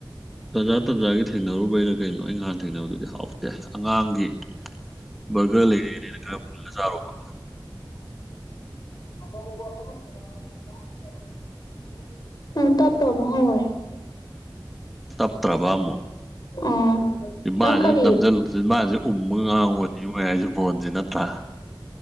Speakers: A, in the centre; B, on the left (about 55°).
A: ꯇꯥꯖꯥ ꯇꯥꯖꯥꯒꯤ ꯊꯦꯡꯅꯔꯨꯕꯩꯗ ꯀꯩꯅꯣ ꯑꯩꯩꯅꯍꯥꯟ ꯊꯦꯡꯅꯕꯗꯨꯗꯤ ꯍꯥꯎꯦ ꯑꯦ ꯑꯉꯥꯡꯒꯤ ꯕꯔꯒꯔ ꯂꯩꯔꯛꯑꯦꯅ ꯈꯔꯥ ꯃꯨꯜꯂꯒ ꯆꯔꯨꯕ
B: <unintelligible> ꯎꯝ
A: ꯇꯞꯇ꯭ꯔꯕ ꯑꯃꯨꯛ
B: ꯑꯣ
A: ꯁꯤ ꯃꯥꯁꯦ
B: ꯅꯪ ꯀꯔꯤ
A: ꯅꯝꯁꯤꯜꯂꯨꯁꯤ ꯃꯥꯁꯦ ꯎꯃ ꯉꯥꯡꯉꯨꯔ ꯁꯤ ꯃꯣꯏ ꯍꯥꯏꯁꯤ ꯄꯣꯖꯤꯅ ꯄꯥ